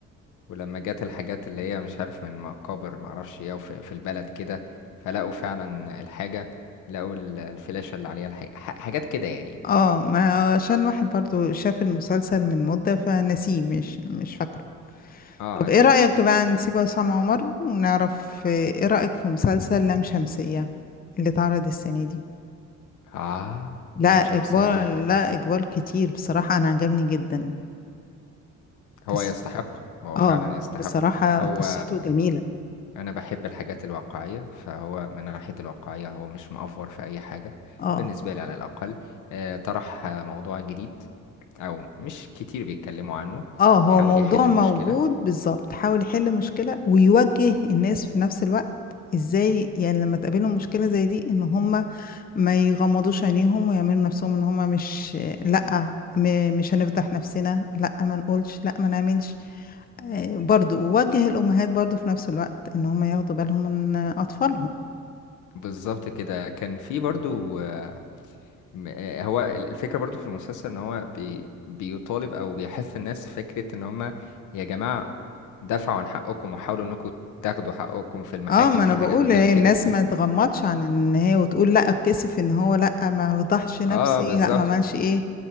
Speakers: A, on the left; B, on the left.
A: ولما جت الحاجات اللي هي مش عارف من مقابر معرفش ايه وفي في البلد كده فلقوا فعلا الحاجة لقوا ال- الفلاشة اللي عليها الحاجة حاجات كده يعني
B: اه ما عشان واحد برضو شاف المسلسل من مدة فنسيه مش مش فاكره
A: اه
B: طب
A: اكيد
B: ايه رأيك بقى نسيب عصام عمر ونعرف آه، ايه رأيك في مسلسل لام شمسية اللي اتعرض السنة دي
A: اه
B: لا
A: لام شمسية
B: إقبال لا إقبال كتير بصراحة أنا عجبني جدا
A: هو
B: قص...
A: يستحق هو
B: اه
A: فعلا يستحق
B: بصراحة
A: هو
B: قصته جميلة
A: انا بحب الحاجات الواقعية فهو من ناحية الواقعية هو مش مأفور في اي حاجة
B: اه
A: بالنسبة لي على الاقل آه طرح آه، موضوع جديد او مش كتير بيتكلموا عنه
B: اه هو
A: حاول
B: موضوع
A: يحل المشكلة
B: موجود بالظبط حاول يحل مشكلة ويوجه الناس في نفس الوقت ازاي يعني لما تقابلهم مشكلة زي دي ان هم ما يغمضوش عينيهم ويعملوا نفسهم ان هم مش لا م- مش هنفضح نفسنا لا ما نقولش لا ما نعملش آه، برضو وجه الامهات برضو في نفس الوقت ان هم ياخدوا بالهم من اطفالهم
A: بالظبط كده كان في برضو آه، م- آه، هو الفكرة برضو في المسلسل ان هو بي بيطالب او بيحث الناس فكرة ان هم يا جماعة دافعوا عن حقكم وحاولوا انكم تاخدوا حقكم في المحاكم
B: اه ما
A: في
B: انا بقول
A: حاجات بتعمل
B: إيه،
A: كده
B: الناس ما تغمضش عن ان هي وتقول لا اتكسف ان هو لا ما فضحش نفسي
A: اه بالظبط
B: لا ما عملش ايه